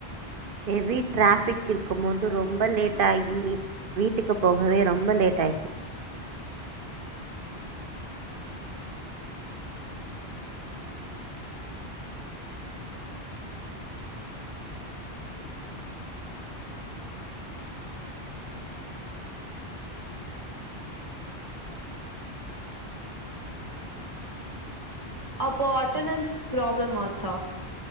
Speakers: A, on the right; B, on the right.
A: ஹெவி ட்ராஃபிக் இருக்கும் போது து ரொம்ப லேட்டாகி வீட்டுக்கு போகவே ரொம்ப லேட் ஆய்
B: அப்போ அட்டனன்ஸ் பிராப்ளம் ஆச்சா